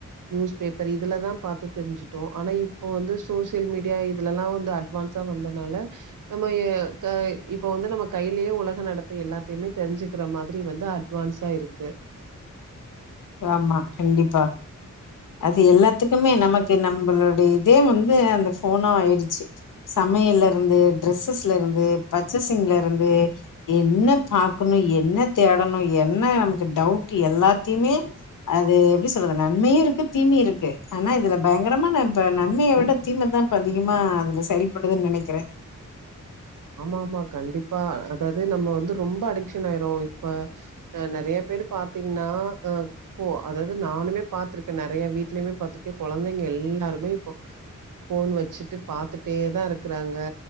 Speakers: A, on the right; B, on the left.
A: நியூஸ் பேப்பர் இதுலதா பாத்து தெரிஞ்சுட்டோ ஆனா இப்போ வந்து சோசியல் மீடியா இதுலெல்லா வந்து அட்வான்ஸா வந்தனால நம்ம இப்ப வந்து நம்ம கையிலயே உலக நடப்பு எல்லாத்தயுமே தெரிஞ்சுக்கிற மாதிரி வந்து அட்வான்ஸா இருக்கு
B: ஆமா கண்டிப்பா அது எல்லாத்துக்குமே நமக்கு நம்மளோட இதே வந்து அந்த போனு ஆயிடுச்சு சமையல இருந்து ட்ரெஸ்ஸஸ்ல இருந்து பர்ச்சஸிங்ல இருந்து என்ன பாக்கணு என்ன தேடணு என்ன நமக்கு டவுட் எல்லாத்தயுமே அது எப்டி சொல்றது நன்மையு இருக்கு தீமையு இருக்கு ஆனா இதுல பயங்கரமா ந இப்ப நன்மைய விட தீம தா இப்ப அதிகமா அதுல செயல்படுதுன்னு நெனைக்கிறே
A: ஆமா ஆமா கண்டிப்பா அதாவது நம்ம வந்து ரொம்ப அடிக்ஸ்சன் ஆயிடுவோ இப்ப ஆ நெறைய பேர் பாத்தீங்கன்னா அ போ அதாவது நானுமே பாத்துருக்கே நெறைய வீட்லயுமே பாத்துருக்கே கொழந்தைங்க எல்லாருமே இப்போ ஃபோன் வச்சுட்டு பாத்துட்டே தா இருக்கறாங்க